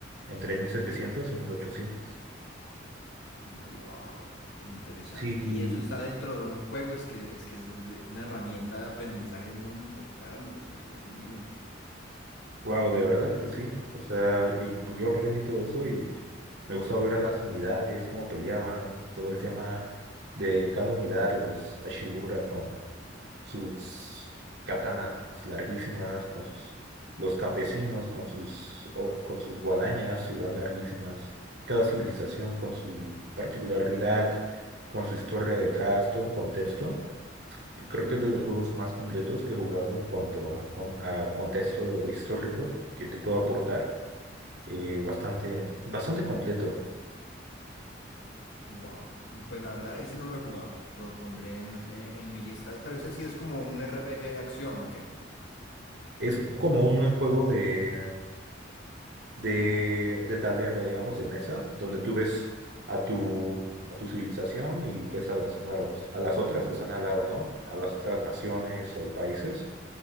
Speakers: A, on the right; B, on the left.
A: entre 1700 y 1800.
B: Wow, qué interesante.
A: Sí,
B: Y eso está dentro de un juego, es que es que es, es una herramienta de aprendizaje muy importante, Dios mío.
A: wow, de verdad que sí. O sea, y pues, yo aprendí todo eso y me gustaba ver a las unidades, cómo peleaban, todo el tema de cada unidad, los Ashibura con sus katanas larguísimas, con sus, los campesinos con sus, o- con sus guadañas igual larguísimas, cada civilización con su particularidad, con su historia detrás, todo un contexto. Y Creo que es de los juegos más completos que he jugado en cuanto a, con- a contexto histórico que te puedo aportar. Eh, bastante, bastante completo.
B: Wow, pues la verdad, ese no lo he jugado. Lo pondré en, en- en mi lista. Pero ese sí es como un RPG de acción, ¿o qué?
A: Es como un juego de de, de tablero, digamos, de mesa, donde tú ves a tu, a tu civilización y ves a las nuevas, a las otras que están al lado, ¿no? A las otras naciones o países